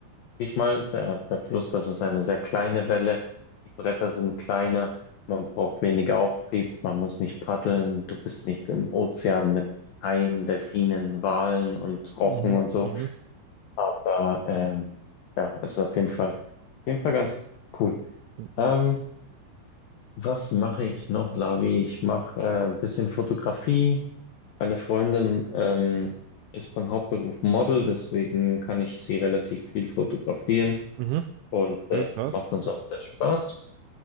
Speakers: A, on the left; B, on the right.
A: sag ich mal, der, der Fluss, das ist eine sehr kleine Welle, die Bretter sind kleiner, man braucht weniger Auftrieb, man muss nicht paddeln, du bist nicht im Ozean mit Haien, Delfinen, Walen und Rochen
B: mhm,
A: und so,
B: mhm,
A: aber ähm, ja, es ist auf jeden Fall, auf jeden Fall ganz cool.
B: mhm,
A: Ähm, was mache ich noch, Lavi? Ich mache äh, ein bisschen Fotografie, meine Freundin ähm, ist von Hauptberuf Model, deswegen kann ich sie relativ viel fotografieren
B: mhm.
A: und äh,
B: Sehr
A: das
B: krass.
A: macht uns auch sehr Spaß.